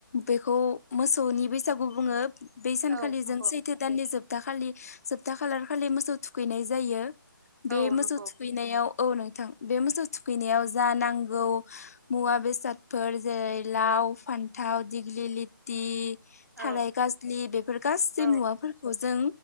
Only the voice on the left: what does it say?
बेखौ मोसौनि बैसागु बुङो बै सानखालि
जों सैथो दाननि जोबथा खालि जोबथा खालार खालि मोसौ थुखैनाय जायो बे
मोसौ
थुखैनायाव औ नोंथां बे मोसौ थुखैनायाव जा नांगौ मुवा बेसादफोर जेरै लाव फान्थाव दिग्लि लिथि
थाराय गाजलि बेफोर गासै
मुवाफोरखौ जों